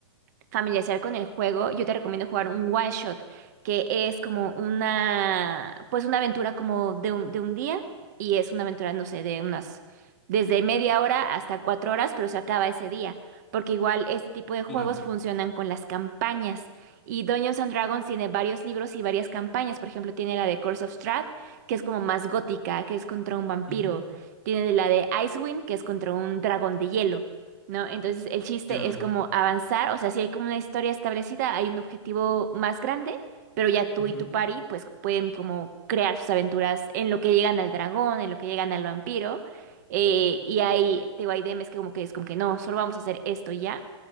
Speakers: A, on the right (about 35°); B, in the centre.
A: familiarizar con el juego, yo te recomiendo jugar un one shot, que es como una, pues una aventura como de un, de un día y es una aventura, no sé, de unas, desde media hora hasta cuatro horas, pero se acaba ese día, porque igual este tipo de juegos
B: claro.
A: funcionan con las campañas y Dungeons and Dragons tiene varios libros y varias campañas, por ejemplo, tiene la de Curse of Strahd, que es como más gótica, que es contra un vampiro,
B: Ujú.
A: tiene la de Icewind, que es contra un dragón de hielo. ¿no? Entonces el chiste
B: Ya.
A: es como avanzar, o sea, si hay como una historia establecida, hay un objetivo más grande, pero ya tú
B: Ujú.
A: y tu pari pues pueden como crear sus aventuras en lo que llegan al dragón, en lo que llegan al vampiro, eh, y hay, te digo, hay DMs que como que es como que no, solo vamos a hacer esto y ya,